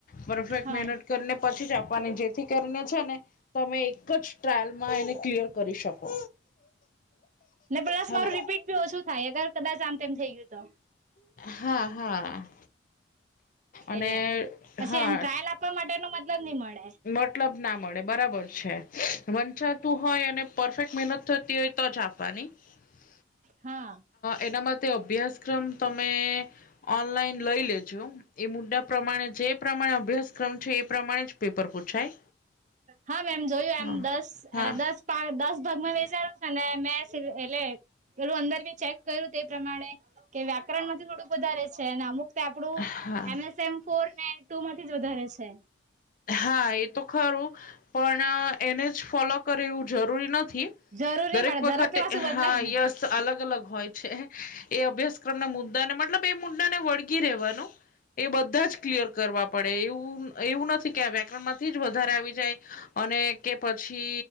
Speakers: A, on the left (about 45°); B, on the right (about 40°).
A: પરફેક્ટ
B: હા
A: મહેનત કરીને પછી જ આપવાની જેથી કરીને છે ને તમે એક જ ટ્રાયલમાં એને ક્લિયર કરી શકો
B: ને પ્લસ
A: હને
B: મારું રીપીટ બી ઓછું થાય અગર કદાચ આમ તેમ થઈ ગયું તો
A: હા હા અને
B: એટલે પછી
A: હા
B: એમ ટ્રાયલ આપવા માટે નો મતલબ ન‌ઇ મળે.
A: મતલબ ના મળે બરાબર છે વંચાતું હોય અને પરફેક્ટ મહેનત થતી હોય તો જ આપવાની હ <unintelligible>
B: હા
A: એના માટે અભ્યાસક્રમ તમે ઓનલાઈન લઈ લેજો એ મુદ્દા પ્રમાણે જે પ્રમાણે અભ્યાસક્રમ છે એ પ્રમાણે જ પેપર પૂછાય
B: હા મેમ જોયું
A: હા
B: એમ દસ
A: હા
B: એ દસ દસ ભાગમાં વેચાાર્યું છે ને મેં એટલે પેલું અંદર બી ચેક કર્યું તે પ્રમાણે કે વ્યાકરણ માંથી થોડુંક વધારે છે અનેને અમુક આપડું
A: હા
B: એમએસ એમ ફોર ને ટુ માંથી જ વધારે છે.
A: હા એ તો ખરું પણ એને જ ફોલો કરે એવું જરૂરી નથી.
B: જરૂર
A: દરેક
B: નહી મળે
A: વખતે
B: પાછું બદલાય
A: હા
B: ને.
A: યસ અલગ અલગ હોય છે એ અભ્યાસ ઘર ના મુદ્દા ને મતલબ એ મુદ્દા ને વળગી રહેવાનું એ બધા જ ક્લિયર કરવા પડે એવું એવું નથી કે આ વ્યાકરણ માંથી જ વધારે આવી જાય અને કે પછી